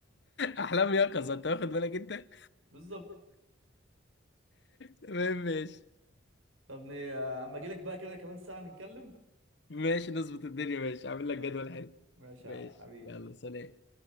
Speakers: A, on the left; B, on the right.
A: احلام يقظه انت واخد بالك انت
B: بالظبط
A: تمام ماشي
B: طب ن- آه، اما اجي لك بقى كده كمان ساعه نتكلم
A: ماشي نظبط الدنيا ماشي عامل لك
B: طيب
A: جدول حلو
B: ماشي يا
A: ماشي
B: عم حبيبي
A: يلا سلام